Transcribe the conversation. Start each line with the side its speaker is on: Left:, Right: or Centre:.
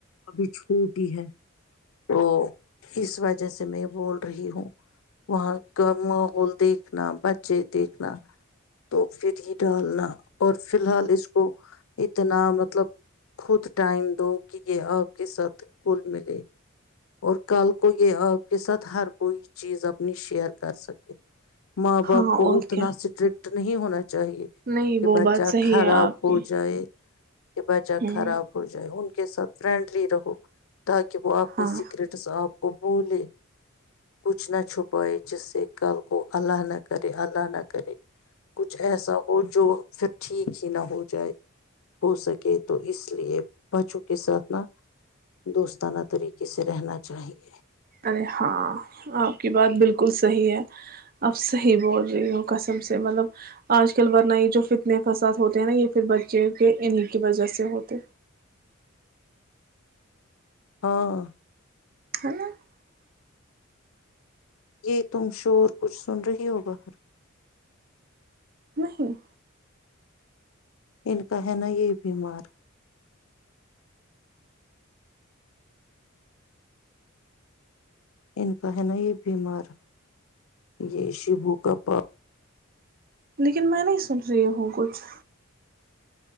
Left: ابھی چھوٹی ہے تو اس وجہ سے میں بول رہی ہوں وہاں کا ماحول دیکھ دیکھنا بچے دیکھنا تو پھر ہی ڈالنا اور فی الحال اس کو اتنا مطلب خود ٹائم دو کہ یہ آپ کے ساتھ گل ملے اور کل کو یہ آپ کے ساتھ ہر کوئی چیز اپنی شیئر کر سکے ماں باپ
Right: ہاں
Left: کو
Right: اور
Left: اتنا
Right: کیا
Left: اسٹرکٹ نہیں ہونا چ چاہ
Right: نہیں
Left: کہ
Right: وہ
Left: ب
Right: بات
Left: جا
Right: صحیح
Left: خارااب
Right: ہے آپ
Left: ہو
Right: کی
Left: جائے کہ بچہ
Right: ہ
Left: خراب ہو جائے کے ساتھ فرینڈلی رہو آک وہ آپمی
Right: ہاں
Left: آپ کو بولے کچھ نہ چھپائے جس سے کل کو اللہ نہ کرے اللہ نہ کرے کچھ ایسا ہو جو پھر ٹھیک ہی نہ ہو جائے ہو سکے تو اس لیے بچوں کے ساتھ نہ دوستانہ طریقے سے رہنا چاہیے
Right: ارے ہاں آپ کی بات بالکل صحیح ہے آپ صحیح بول رہی ہو کسم سے مطلب آج کل بات نہیں جو فتنے فساد ہوتے نا یہ پھر بچے کے انہیں کی وجہ سے ہوتے
Left: ہاں <unintelligible>
Right: ہ ن <unintelligible>
Left: یہ تم شور کچھ سن رہی ہو باہر
Right: نہیں
Left: ان کا ہے نا یہ بیمار ان کا ہے نا یہ بیمار یہ شیبو کا پا
Right: لیکن میں نہیں سن رہی ہوں کچھ